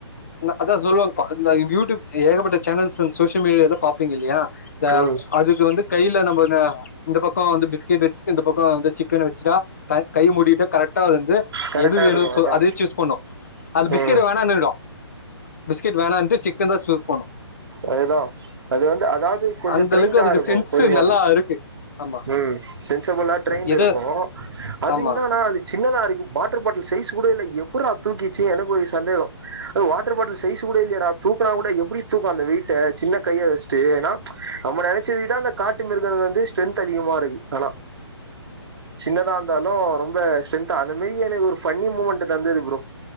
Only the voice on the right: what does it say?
ம்
கரெக்டா
எடுக்கு
அதா
ம்
அதுதான் அது வந்து அதாவது கொஞ்சம்
ட்ரெய்ண்டா
இருக்கும்
அதே மாரி
ம் சென்சபிளா ட்ரெய்ண்ட்
இருக்கும் அது
இன்னானா அது சின்னதாருக்கும் வாட்டர் பாட்டில் சைஸ் கூடைய்ல எப்புற்றா தூக்கிருச்சு எனக்கு ஒரு சந்தேகம் அது வாட்டர் பாட்டில் சைஸ் கூட இல்லயடா தூக்குனா கூட எப்டி தூக்கும் அந்த வெயிட்டை சின்ன கையை வச்சிட்டு ஏன்னா ச் நம்ம நெனைச்சத விட அந்த காட்டு மிருகங்கள் வந்து ஸ்ட்ரென்த் அதிகமா இருக்கு ஆனா சின்னதா இருந்தாலு இன்னு ரொம்ப ஸ்ட்ரென்தா அந்த மாரி எனக்கு ஒரு ஃபன்னி மூமெண்ட் தந்தது ப்ரோ